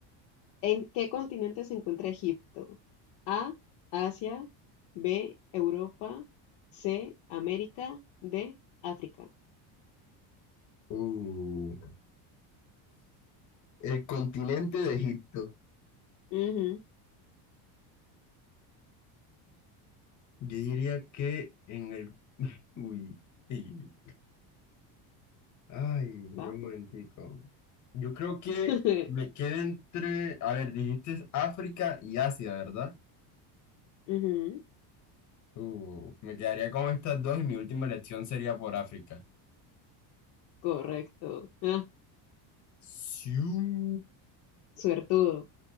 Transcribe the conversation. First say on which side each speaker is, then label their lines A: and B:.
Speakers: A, on the left; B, on the left.
A: ¿En qué continente se encuentra Egipto? A, Asia, B, Europa, C, América, D, África.
B: Uh. El continente de Egipto.
A: Ujú,
B: Yo diría que en el... <laughs> Uy. sí. Ay, espera
A: Vamos.
B: un momentico. Yo creo que
A: <laughs>
B: me queda entre... A ver, dijiste África y Asia, ¿verdad?
A: Ujú,
B: Uh, me quedaría con estas dos y mi última elección sería por África.
A: Correcto. Ah,
B: Sí.
A: suertudo.